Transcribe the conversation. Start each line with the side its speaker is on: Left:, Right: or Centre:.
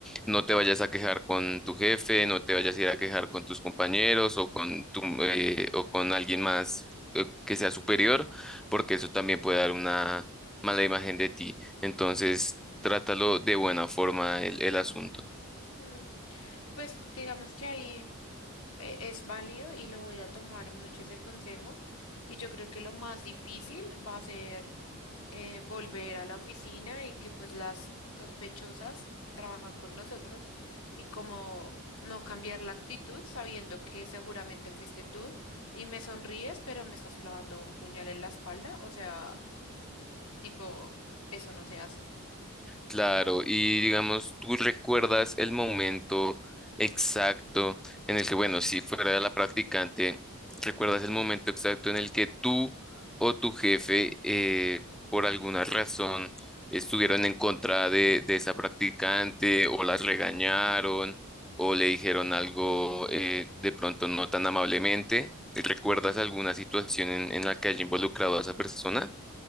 Centre: No te vayas a quejar con tu jefe, no te vayas a ir a quejar con tus compañeros o con tu, eh, o con alguien más eh, que sea superior, porque eso también puede dar una mala imagen de ti. Entonces, trátalo de buena forma el el asunto.
Left: Mm, Pues digamos que ahí eh, es válido y lo voy a tomar mucho ese consejo. Y yo creo que lo más difícil va a ser eh, volver a la oficina y que pues las sospechosas trabajan con nosotros y como no cambiar la actitud sabiendo que seguramente fuiste tú y me sonríes, pero me estás clavando un puñal en la espalda, o sea... Tipo, eso no se hace.
Centre: Claro, y digamos, ¿tú recuerdas el momento exacto en el que, bueno, si fuera la practicante, ¿recuerdas el momento exacto en el que tú o tu jefe, eh, por alguna razón, estuvieron en contra de, de esa practicante o las regañaron o le dijeron algo eh, de pronto no tan amablemente? ¿Recuerdas alguna situación en, en la que haya involucrado a esa persona?